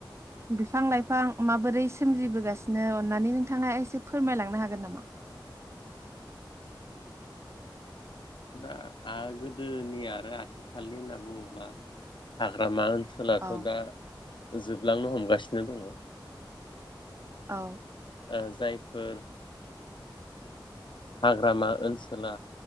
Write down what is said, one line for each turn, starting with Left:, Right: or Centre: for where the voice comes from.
Right: बिफां लाइफां माबोरै सोमजिबोगासिनो अन्नानै नोंथाङा एसे फोरमायलांनो हागोन नामा?
Left: दा आ गोदोनि आरो आथिखालनि होनना बुङोब्ला हाग्रामा ओन सोलाथ'
Right: औ
Left: दा जोब लांनो हमगासिनो दङ'।
Right: औ।
Left: दा जायफोर हाग्रामा ओनसोला